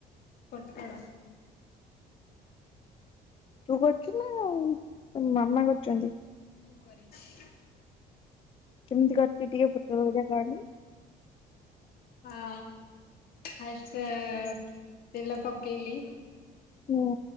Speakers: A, on the left; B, on the left.
A: ପଟଡ଼।
B: ତୁ କରୁଛୁ ନା ମାମା କରିଛନ୍ତି।
A: ମୁଁ କରିଛି।
B: କେମିତି କରିଛୁ ଟିକେ ପୋଟଳ ଭଜା କହଣି?
A: ଆ ଫାଷ୍ଟ ତେଲ ପକେଇଲି।
B: ହୁଁ